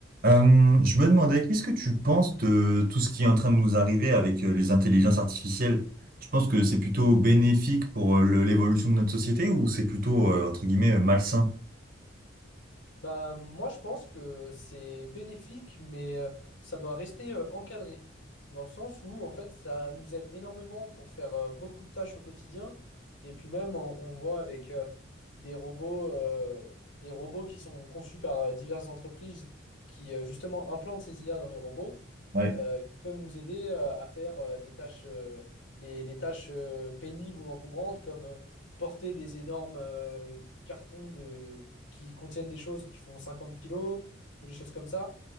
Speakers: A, on the right; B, on the left.
A: Euh, je me demandais, qu'est-ce que tu penses de tout ce qui est en train de nous arriver avec euh, les intelligences artificielles? Tu penses que c'est plutôt bénéfique pour euh, le- l'évolution de notre société ou c'est plutôt, euh, entre guillemets, euh, malsain?
B: Bah, moi, je pense que c'est bénéfique, mais euh, ça doit rester euh, encadré. Dans le sens où, en fait, ça nous aide énormément pour faire euh, beaucoup de tâches au quotidien. Et puis même, on, on voit avec euh, des robots, euh, des robots qui sont conçus par euh, diverses entreprises qui, euh, justement, implantent ces IA dans les robots
A: Ouais.
B: euh, qui peuvent nous aider euh, à faire euh, des tâches, euh, les, les tâches euh, pénibles ou encombrantes, comme euh, porter des énormes euh, cartons de, qui contiennent des choses qui font 50 kilos ou des choses comme ça.